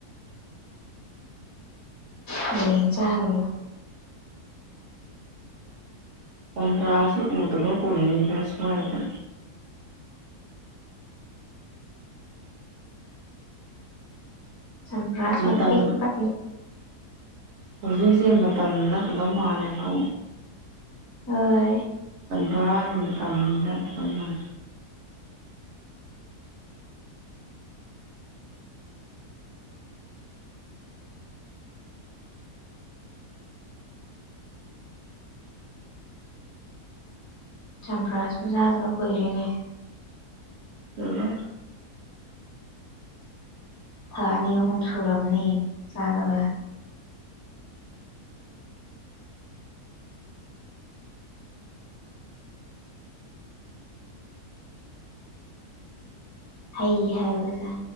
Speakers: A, on the left; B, on the right.
A: ꯍ ꯆꯥꯔ ꯋꯥꯔ
B: ꯐꯟꯇ꯭ꯔꯥꯁꯨ ꯎꯇꯕ ꯀꯅꯦꯕꯁ ꯍꯥꯏꯗ
A: ꯁꯄ꯭ꯔꯁꯨ
B: ꯃꯇꯝ
A: ꯄꯀ
B: ꯍꯧꯖꯤꯛꯁꯦ ꯃꯇꯝ ꯅꯂꯝꯂꯝꯀ
A: ꯍ
B: ꯔꯥꯒꯤ ꯃꯇꯝ ꯅꯠꯇ꯭ꯔꯒ ꯅ
A: ꯆꯝꯄ꯭ꯔꯥꯁꯨ ꯌꯥꯥꯗꯕ ꯀꯨꯏꯔꯦꯅꯦ
B: ꯍꯔ
A: ꯊꯥꯅꯤ ꯑꯍꯨꯝ ꯁꯨꯔꯝꯅꯤ ꯆꯥꯗꯕ ꯍꯩ ꯍꯥꯏꯕꯁꯦ